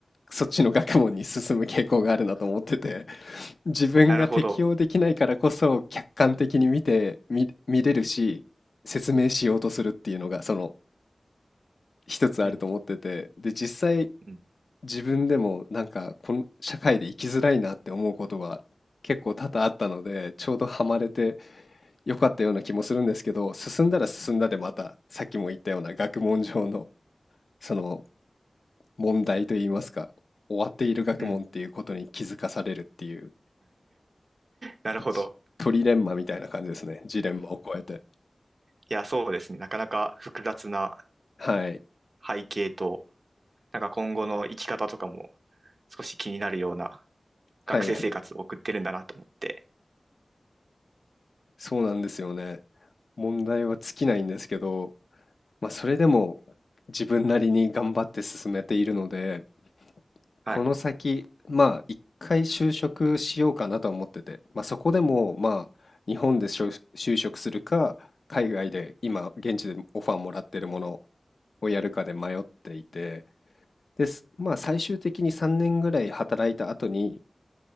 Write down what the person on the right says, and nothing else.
なるほど。
うん
うん
うん。なるほど。
いや、そうですね。なかなか複雑な
背景と、なんか今後の生き方とかも少し気になるような
学生生活を送ってるんだなと思って。
はい。